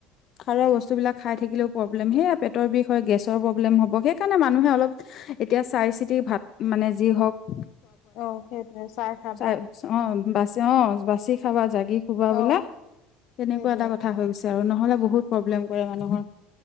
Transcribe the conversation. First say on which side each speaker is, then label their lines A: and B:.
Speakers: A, on the left (about 35°); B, on the left (about 55°).
A: খাৰুৱা বস্তুবিলাক খাই থাকিলেও প্ৰবলেম সেয়য়া পেটৰ বিষ হয় গেছৰ প্ৰব্ম হ'ব সেইকাৰণে মানুহে অলপ এতিয়া চাই চিতি ভাত মানে যি হওক
B: অ' সেইটোয়ে চাই খাব
A: তাই অ', বাছি অ', বাছি খাবা জাগি শুবা বোলে,
B: অ
A: তেনেকুৱা
B: সেইটোৱে
A: এটা কথা হৈ গৈছে আৰু নহ'লে বহুত প্ৰব প্ৰব্লেম কৰে মানুহৰ।